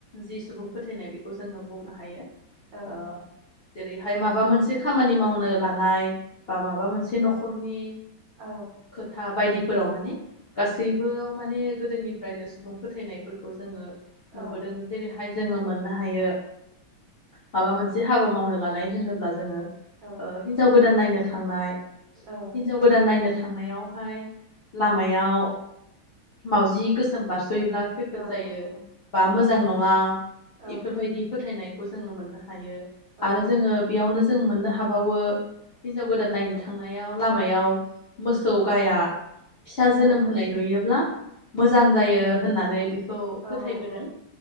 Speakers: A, on the left; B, on the right.
A: जि सुबुं फोथायनाय बेखौ जोङो बुंनो हायो।
B: औ।
A: ओ जेरैहाय माबा मोनसे खामानि मावनो लानाय बा माबा मोनसे न'खरनि
B: औ
A: खोथा बायदि फोराव माने गासैबोयाव माने गोदोनिफ्रायनो सुबुं फोथायनायफोरखौ जोङो नुबोदों
B: औ
A: जेरैहाय जोङो मोननो हायो माबा मोनसे हाबा मावनो लानाय होनोब्ला जोङो
B: औ
A: ओ हिन्जाव गोदान नायनो थांनाय
B: औ
A: हिनजाव गोदान नायनो थांनायावहाय लामायाव मावजि गोसोम बारस योब्ला खैफोद
B: औ
A: जायो बा
B: औ
A: मोजां नङा
B: औ
A: इफोरबायदि फोथायनाय खौ जोङो मोननो हायो।
B: औ
A: आरो जोङो बेयावनो जों मोननो हाबावो हिनजाव गोदान नायनो थांनायाव लामायाव मोसौ गाया फिसा जोनोम
B: औ
A: होनाय नुयोब्ला मोजां जायो होननानै बि खौ फोथायबोदों
B: औ